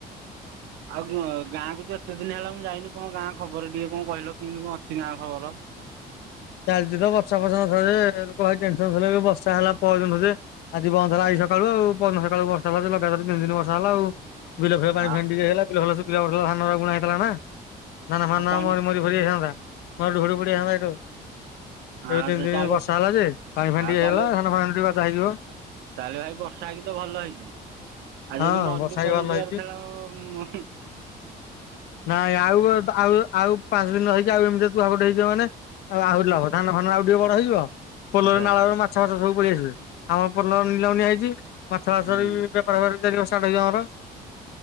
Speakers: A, on the right (about 85°); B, on the left (about 75°).
A: ଆଉ କଣ ଗାଁକୁ ତ ଏତେ ଦିନ ହେଲା ମୁଁ ଯାଇନି କଣ ଗାଁ ଖବର ଟିକେ କଣ କହିଲ କେମିତି କଣ ଅଛି ନା ଖବର?
B: ଚାଲିଛି ତ ବର୍ଷା ବର୍ଷକ ଥରେ ଲୋକ ଭାରି ଟେନସନ ହୋଉଥିରଲେ ରୁ ଏବେ ବର୍ଷା ହେଲା ପହରଦିନଠୁ ଯେ ଆଜି ବନ୍ଦ ହେଲା ଆଜି ସକାଳୁ ଆଉ ପହଦିନ ସକାଳୁ ବର୍ଷା ହେଲା ଲଗାତର ତିନି ଦିନ ବର୍ଷା ହେଲା ଆଉ। ବିଲ ଫିଲ ପାଣି
A: ହଁ
B: ଫାଣୀ ଟିକେ ହେଲା ବିଲ ଫିଲ ଶୁଖିଲ ପଡିଥିଲା ଧାନରା ବୁଣା ହେଇଥିଲା ନା। ଧାନ ଫାନ
A: ଆଉ ପାଣି
B: ମରି ମରି ଫରି ଯାଇଥାନ୍ତା ମରୁଡ଼ି ଫରୁଡ଼ି ପଡ଼ିଯାଇଥାନ୍ତା ହେଠୁ।
A: ଆଉ
B: ଏବେ ତିନ ଦିନ
A: ତାହେଲେ
B: ବର୍ଷା ହେଲା ଯେ ପାଣି ଫାଣି
A: ଆଉ
B: ଟିକେ
A: ତାହେଲେ
B: ହେଲା ଧାନ ଫାନ ଟିକେ ଗଜା ହେଇଯିବ।
A: ତାହେଲେ ଭାଇ ବର୍ଷା ହେଇକି ତ ଭଲ ହେଇଛି। ଆଉ
B: ହଁ
A: ଯଦି ମରୁଡି
B: ବର୍ଷା
A: ପଡିଯିବାର
B: ବି ଭଲ ହେଇଛି।
A: ଥିଲା
B: ନାଇଁ ଆଉ ତ ଆଉ ଆଉ ପାଞ୍ଚ ଦିନ ରହିକି ଆଉ ଏମିତି <unintelligible> ହେଇଯିବ ମାନେ ଆହୁରି ଲାଭ ଧାନ ଫାନ ଆଉ ଟିକେ ବଡ ହେଇଯିବ। ପୋଲରେ
A: ଆଚ୍ଛା ଆଚ୍ଛା
B: ନାଳରେ ମାଛ ଫାଛ ସବୁ ପଳେଇ ଆସିବେ। ଆମର ପୋଲ ନିଲାମରେ ନିଆ ହେଇଛି ମାଛ ଫାଛ
A: ହୁଁ
B: ବି ବେପ ପାର ଫେପାର ଚାଲିବ ଷ୍ଟାର୍ଟ ହେଇଯିବ ଆମର।